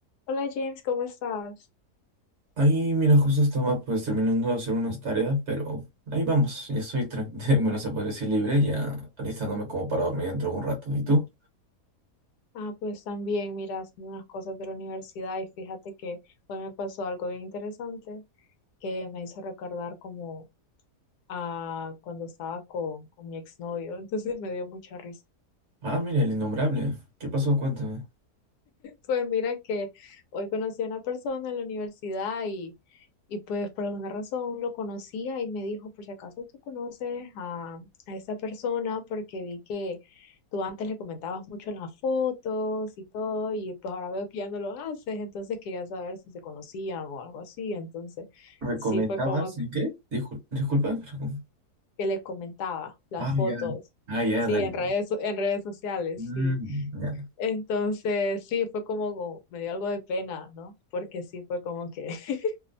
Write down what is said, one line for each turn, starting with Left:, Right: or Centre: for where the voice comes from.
Left: Hola James, ¿cómo estás?
Right: Ahí, mira, justo estaba pues terminando de hacer unas tareas, pero ahí vamos, ya estoy, tran- <laughs> bueno, se podría decir libre, ya alistándome como para dormir dentro de un rato. ¿Y tú?
Left: Ah, pues también, mira, haciendo unas cosas de la universidad y fíjate que hoy me pasó algo bien interesante que me hizo recordar como a cuando estaba con, con mi exnovio, <laughs> entonces me dio mucha risa.
Right: Ah, mira, el innombrable. ¿Qué pasó? Cuéntame.
Left: Pues mira que hoy conocí a una persona en la universidad y, y pues por alguna razón lo conocía y me dijo, por si acaso tú conoces a, a esa persona porque vi que tú antes le comentabas mucho en las fotos y todo y pues ahora veo que ya no lo haces, entonces quería saber si se conocían o algo así, entonces
Right: ¿Recomendabas
Left: sí fue como
Right: en qué? Discul- disculpa. pero-
Left: que le comentaba las
Right: Ah,
Left: fotos,
Right: ya. Ah, ya,
Left: sí,
Right: dale.
Left: en redes, en redes sociales,
Right: Mm,
Left: sí.
Right: ya.
Left: Entonces, sí, fue como, como- me dio algo de pena, ¿no? Porque sí fue como que, <laughs>